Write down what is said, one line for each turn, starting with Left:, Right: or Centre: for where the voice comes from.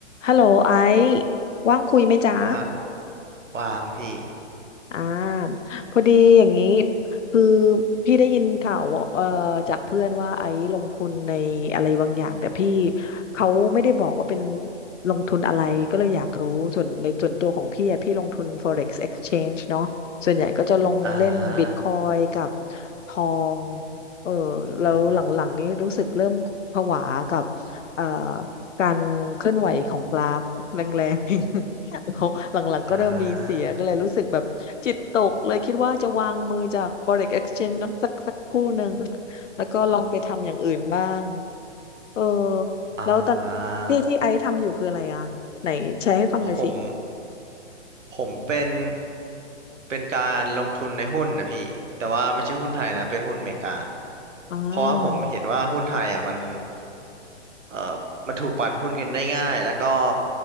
Left: ฮัลโหลไอซ์ว่างคุยไหมจ๊ะ
Right: ห้าแล้ววางพี่
Left: อ่าพอดีอย่างนี้คือพี่ได้ยินข่าวว่าเอ่อจากเพื่อนว่าไอซ์ลงทุนในอะไรบางอย่างแต่พี่เขาไม่ได้บอกว่าเป็นลงทุนอะไรก็เลยอยากรู้ส่วนในส่วนตัวของพี่อะพี่ลงทุน Forex Exchange เนาะส่วนใหญ่ก็จะลงเล่น
Right: อ่า
Left: Bitcoin กับทองเออแล้วหลังๆนี้รู้สึกเริ่มผวากับ
Right: โอ้
Left: เอ่อการเคลื่อนไหวของกราฟแรงๆ <laughs> เขาหลังๆก็เริ่มมีเสียก็เลยรู้สึกแบบจิตตกเลยคิดว่าจะวางมือจาก
Right: อ่า
Left: Forex Exchange นั้นสักสักคู่หนึ่งแล้วก็ลองไปทำอย่างอื่นบ้างเออ
Right: อ่า
Left: แล้วตอนที่ที่ไอซ์ทำอยู่คืออะไรอ่ะไหนแชร์ให้ฟังหน่อยสิ
Right: ผม ผมเป็น เป็นการลงทุนในหุ้นนะพี่ แต่ว่าไม่ใช่หุ้นไทยนะ เป็นหุ้นอเมริกา
Left: อ่า
Right: เพราะว่าผมเห็นว่าหุ้นไทยอ่ะมัน เอ่อมันถูกปั่นหุ้นกันได้ง่ายแล้วก็